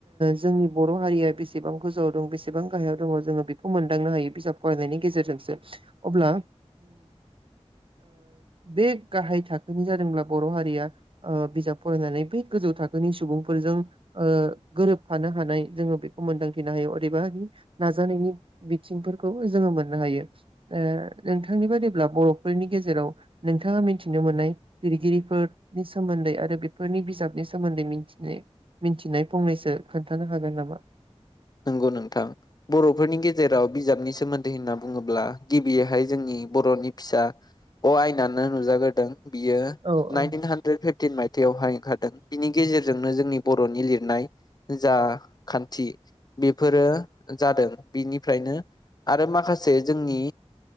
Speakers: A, on the right; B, on the left.
A: जोंनि बर हारिया बेसेबां गोजौआव दं बेसेबां गाहायाव दङ जोङो बेखौ मोनदांनो हायो बिजाब फरायनायनि गेजेरजोंसो अब्ला बे गाहाय थाखोनि जादोंब्ला बर हारिया बिजाब फरायनानै बै गोजौ थाखोनि सुबुंफोरजों गोरोबफानो हानाय जोङो बेखौ मोनदांथिनो हायो अदेबानि नाजानायनि बिथिंफोरखौ जोङो मोननो हायो। नोंथांनि बादिब्ला बरफोरनि गेजेराव नोंथाङा मिथिनो मोननाय लिरगिरिफोरनि सोमोन्दै आरो बेफोरनि बिजाबनि सोमोन्दै मिथिनाय फंनैसो खोन्थानो हागोन नामा?
B: नंगौ नोंथां बरफोरनि गेजेराव बिजाबनि सोमोन्दै होनना बुङोब्ला गिबियैहाय जोंनि बरनि फिसा अ आयनानो नुजाग्रोदों। बियो
A: औ
B: नाइनटिन
A: औ
B: हाड्रेद फिफटिन माइ थायावहाय ओंखारदों बिनि गेजेरजोंनो जोंनि बरनि लिरनाय जा खान्थि बेफोरो जादों बिनिफ्रायनो आरो माखासे जोंनि